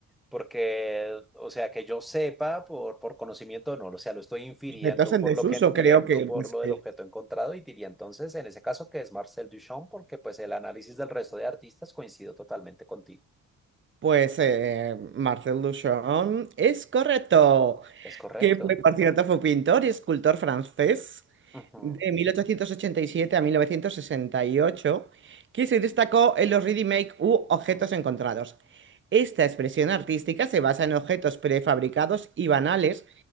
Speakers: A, in the centre; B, on the right (about 40°).
A: Porque, o sea, que yo sepa por, por conocimiento, no, o sea, lo estoy infiriendo
B: Objetos en
A: por
B: desuso,
A: lo que entiendo,
B: creo que
A: por
B: pues,
A: lo
B: eh,
A: del objeto encontrado y diría entonces, en ese caso, que es Marcel Duchamp, porque pues el análisis del resto de artistas coincido totalmente contigo.
B: pues, eh, Marcel Duchamp es correcto.
A: Es correcto.
B: que fue, por cierto, fue pintor y escultor francés
A: Ujú,
B: de 1887 a 1968, que se destacó en los ready-make u objetos encontrados. Esta expresión artística se basa en objetos prefabricados y banales,